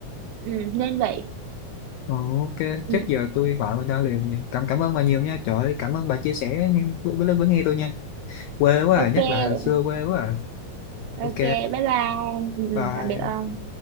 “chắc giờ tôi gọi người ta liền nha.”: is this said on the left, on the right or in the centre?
Left